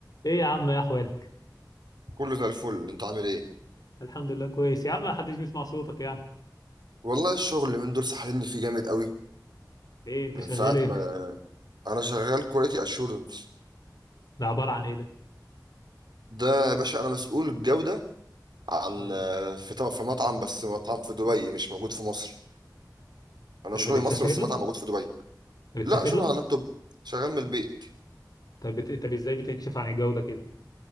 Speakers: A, on the left (about 60°); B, on the right (about 75°).
A: ايه يا عم ايه احوالك
B: كله زي الفل انت عامل ايه
A: الحمد لله كويس يا عم ما حدش بيسمع صوتك يعني
B: والله الشغل اللي من دول سحلني فيه جامد قوي
A: ايه انت
B: من
A: شغال
B: ساعه
A: ايه
B: ما انا شغال كواليتي اشورنس
A: ده عبارة عن ايه ده
B: ده يا باشا انا مسؤول الجوده عن
A: مم.
B: في طبعا في مطعم بس مطعم في دبي مش موجود في مصر انا
A: ده
B: شغلي
A: ده بتسافر
B: مصر بس مطعم
A: له
B: موجود في دبي
A: ده بتسافر
B: لا شغل
A: له
B: على اللابتوب شغال من البيت
A: طب بت... طب ازاي بتكشف عن الجو ده كده